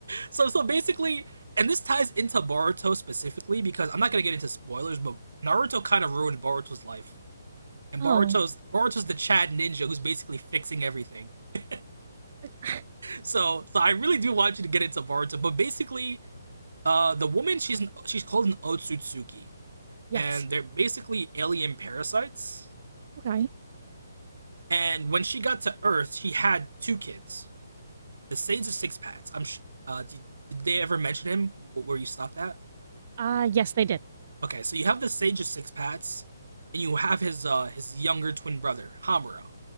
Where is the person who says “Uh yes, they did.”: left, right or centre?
Right